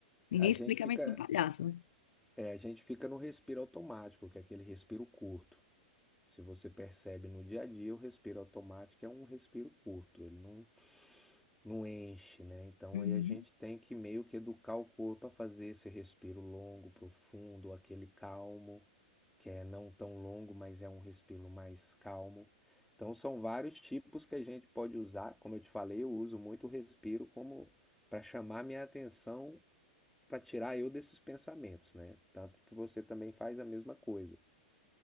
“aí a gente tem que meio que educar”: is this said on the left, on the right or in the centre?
Centre